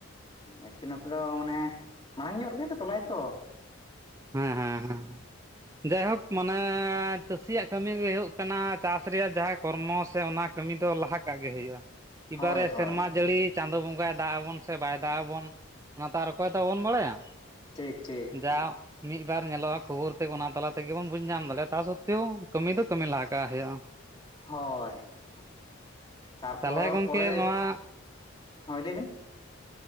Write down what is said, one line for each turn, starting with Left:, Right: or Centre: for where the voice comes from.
Left: ᱮᱠᱪᱩᱭᱞᱤ ᱱᱚᱛᱮ ᱫᱚ ᱢᱟᱱᱮ ᱢᱟᱲᱟᱝ ᱧᱚᱜ ᱨᱮᱜᱮᱞᱮ ᱛᱚᱞᱟᱭ-ᱟ ᱛᱚ ᱾
Right: ᱦᱮᱸᱻ ᱦᱮᱸᱻ ᱦᱮᱸᱻ ᱡᱟᱭᱦᱳᱠ ᱢᱟᱱᱮ ᱼᱼ ᱪᱟᱹᱥᱤᱭᱟᱜ ᱠᱟᱹᱢᱤ ᱜᱮ ᱦᱩᱭᱩᱜ ᱠᱟᱱᱟ ᱪᱟᱥ ᱨᱮᱭᱟᱜ ᱡᱟᱦᱟᱸ ᱠᱚᱨᱢᱚ ᱥᱮ ᱚᱱᱟ ᱠᱟᱹᱢᱤ ᱫᱚ ᱞᱟᱦᱟ ᱠᱟᱜ ᱜᱮ ᱦᱩᱭᱩᱜ-ᱟ ᱾ ᱤᱵᱟᱨᱮ
Left: ᱦᱳᱭ
Right: ᱨᱮ
Left: ᱦᱳᱭ
Right: ᱥᱮᱨᱢᱟ ᱡᱟᱲᱤ ᱼᱼ ᱪᱟᱸᱫᱚ ᱵᱚᱸᱜᱟᱭ ᱫᱟᱜ ᱟᱵᱚᱱ ᱥᱮ ᱵᱟᱭ ᱫᱟᱜ ᱟᱵᱚᱱ? ᱚᱱᱟ ᱛᱚ ᱟᱨ ᱚᱠᱚᱭ ᱛᱚ ᱵᱟᱵᱚᱱ ᱵᱟᱲᱟᱭᱟ ᱾
Left: ᱴᱷᱤᱠ ᱴᱷᱤᱠ
Right: ᱡᱟ ᱢᱤᱫ ᱵᱟᱨ ᱧᱮᱞᱚᱜᱼᱟ ᱠᱷᱚᱵᱚᱨ ᱛᱮᱜ ᱚᱱᱟ ᱢᱤᱛ ᱵᱟᱨ ᱧᱮᱞᱟᱜᱟ ᱠᱷᱚᱵᱚᱨ ᱛᱟᱞᱟ ᱛᱮᱜᱮ ᱵᱚᱱ ᱵᱩᱡᱽ ᱧᱟᱢ ᱫᱟᱲᱮᱭᱟᱜᱼᱟ ᱛᱟ ᱥᱚᱛᱮᱮᱣ ᱠᱟᱹᱢᱤ ᱫᱚ ᱠᱟᱹᱢᱤ ᱞᱟᱦᱟᱟᱜ ᱦᱩᱭᱩᱜᱼᱟ᱾
Left: ᱦᱳᱭ <unintelligible> ᱛᱟᱨᱯᱚᱨ
Right: ᱛᱟᱦᱚᱞᱮ ᱜᱚᱝᱠᱮ
Left: ᱯᱚᱨᱮ
Right: ᱱᱚᱣᱟ
Left: ᱦᱳᱭ ᱞᱟᱹᱭᱵᱮᱱ